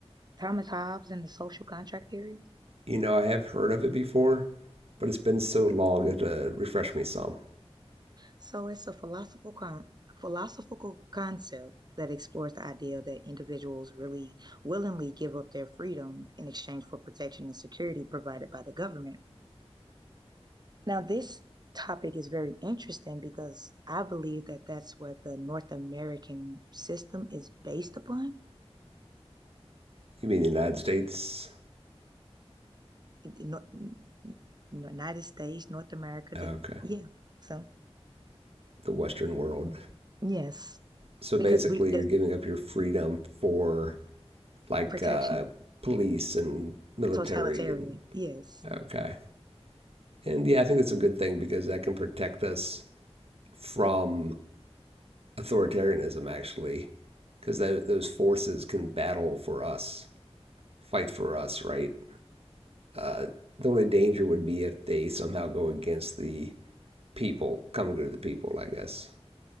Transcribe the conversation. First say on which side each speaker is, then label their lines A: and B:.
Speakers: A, on the right; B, on the right.
A: Thomas Hobbes and the social contract theory?
B: You know, I have heard of it before, but it's been so long it uh, refreshed me some.
A: So it's a philosophical con philosophical concept that explores the idea that individuals really willingly give up their freedom in exchange for protection and security provided by the government. Now, this topic is very interesting because I believe that that's what the North American system is based upon.
B: You mean the United States?
A: in, in North, in United States, North America.
B: Okay,
A: The, yeah. So
B: the Western world.
A: yes,
B: So basically,
A: because we
B: you're
A: the,
B: giving up your freedom for like
A: protection
B: uh, police and military
A: totalitarian.
B: and
A: Yes.
B: okay. And yeah, I think that's a good thing because that can protect us from authoritarianism actually, because those forces can battle for us, fight for us, right? Uh, the only danger would be if they somehow go against the people, coming to the people, I guess.